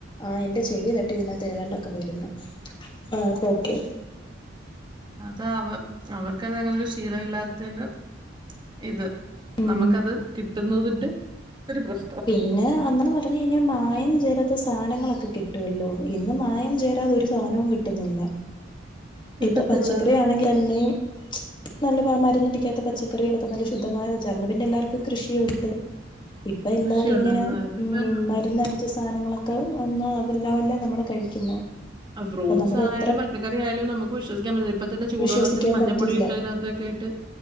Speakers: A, on the left; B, on the right.
A: ആഹ് എന്റെ ചെവി തട്ടി ഇതിനകത്ത് ഏതാണ്ടൊക്കെ വരുന്നു ആഹ് ഇപ്പോ ഓക്കേ
B: അത് അവ അവർക്കതങ്ങനൊരു ശീലം ഇല്ലാത്തിന്റെ ഇത്
A: ഉം
B: നമുക്കത് കിട്ടുന്നതിന്റെ ഒരു പ്രശ്
A: പിന്നെ അങ്ങനെ പറഞ്ഞ് കഴിഞ്ഞാൽ മായം ചേരാത്തെ സാധനങ്ങളൊക്കെ കിട്ടുവല്ലോ ഇന്ന് മായം ചേരാതെ ഒരു സാധനവും കിട്ടുന്നില്ല
B: കിട്ടത്തില്ല
A: ഇപ്പൊ പച്ചക്കറിയാ ണെങ്കി ലന്നെ നല്ല പ മരുന്നടിക്കാത്ത പച്ചക്കറികളൊക്കെ നല്ല ശുദ്ധമായ വച്ചന്ന് പിന്നെ എല്ലാവർക്കും കൃഷിയുണ്ട് അപ്പ എല്ലാരും
B: കൃഷി ഉണ്ടാകുന്ന
A: ഇങ്ങനെ
B: കാലത്ത്
A: ഉ
B: ഇപ്പ
A: മര്ന്ന് എടുത്‌ കുച്ച സാധനങ്ങളൊക്കെ വന്ന് അതെല്ലാം മല്ലേ നമ്മള് കഴിക്കുന്നേ
B: ആ ഫ്രൂ്സ്
A: അപ്പൊ നമ്മള്
B: ആയാലും
A: എത്ര
B: പച്ചക്കറി ആയാലും നമുക്ക് വിശ്വസിക്കാൻപറ്റില്ല ഇപ്പ തന്നെ ചൂടുള്ളത്തില്
A: വിശ്വസിക്കാൻ
B: മഞ്ഞപ്പൊടി
A: പറ്റില്ല
B: ഇട്ട്തിനകത്തൊക്കെ ട്ട്